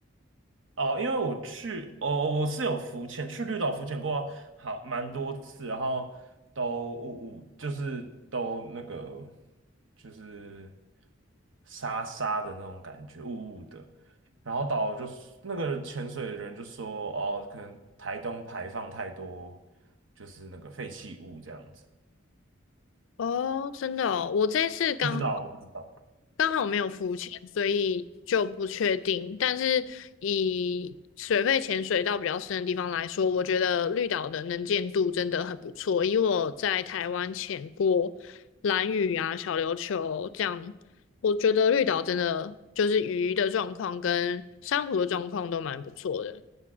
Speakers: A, on the right; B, on the left.
A: 哦，因为我去，哦，我是有浮潜，去绿岛浮潜过好蛮多次，然后都我我就是都那个就是沙沙的那种感觉，雾雾的。然后导游就说那个潜水的人就说，哦，可能台东排放太多就是那个废弃物这样子，
B: 哦，真的哦，我这次刚
A: 不知道，我不知道。
B: 刚好没有浮潜，所以就不确定。但是以水肺潜水到比较深的地方来说，我觉得绿岛的能见度真的很不错。以我在台湾潜过蓝屿啊、小琉球这样，我觉得绿岛真的就是鱼的状况跟珊瑚的状况都蛮不错的。